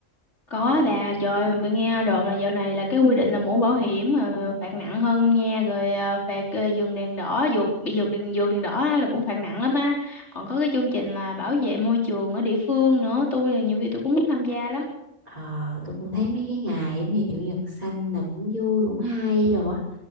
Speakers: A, on the left; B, on the right.
A: Có bà, trời ơi, mình nghe đồn là dạo này là cái quy định là mũ bảo hiểm mà phạt nặng hơn nha, rồi ờ, phạt ờ, dừng đèn đỏ, vượt bị vượt đèn vượt đèn đỏ á, là cũng phạt nặng lắm á. Còn có cái chương trình là bảo vệ môi trường ở địa phương nữa, tôi là nhiều khi tôi cũng muốn tham gia lắm.
B: Ờ, tôi cũng thấy mấy cái ngày giống như chủ nhật xanh là cũng vui cũng hay đồ á.